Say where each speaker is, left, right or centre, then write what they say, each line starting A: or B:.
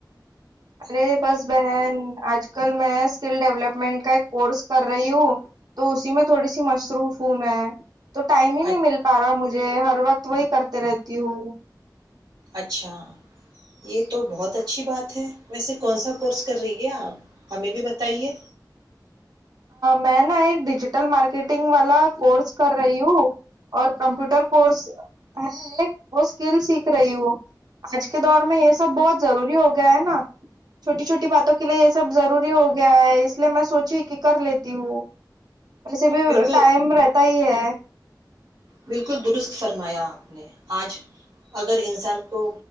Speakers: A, on the right; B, on the right.
A: ارے بس بہن آج کل میں اسکل ڈیولپمنٹ کا ایک کورس کر رہی ہوں تو اسی میں تھوڑی سی مصروف ہوں میں تو ٹائم ہی نہیں
B: اچ-
A: مل پا رہا مجھے ہ ہر وقت وہی کرتے رہتی ہوں
B: اچھا یہ تو بہت اچھی بات ہے ویسے کون سا کورس کر رہی ہے آپ ہمیں بھی بتائیے
A: میں نا ایک ڈیجیٹل مارکیٹنگ والا کورس کر رہی ہوں اور کمپیوٹر کورس ہے ایک وہ اسکل سیکھ رہی ہوں آج کے دور میں یہ سب بہت ضروری ہو گیا ہے نا چھوٹی چھوٹی باتوں کے لیے یہ سب ضروری ہو گیا ہے اس لیے میں سوچی کہ کر لیتی ہوں ویسے بھی
B: بالکل
A: ٹائم رہتا ہی ہے
B: بالکل درست فرمایا آپ نے آج اگر انسان کو